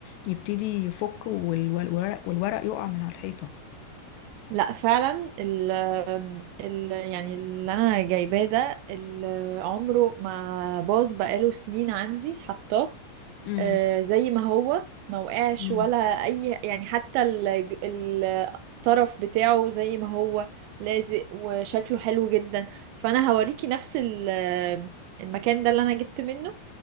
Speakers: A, on the left; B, on the right.
A: يبتدي يفك وال- والورق والورق يقع من على الحيطه
B: لا فعلا ال ال يعني اللي انا جايباه ده ال- عمره ما باظ بقاله سنين عندي حطاه
A: امم
B: آه، زي ما هو ما وقعش
A: امم
B: ولا اي يعني حتى الج- الطرف بتاعه زي ما هو لازق وشكله حلو جدا فانا هوريكي نفس ال- آه، المكان ده اللي انا جبت منه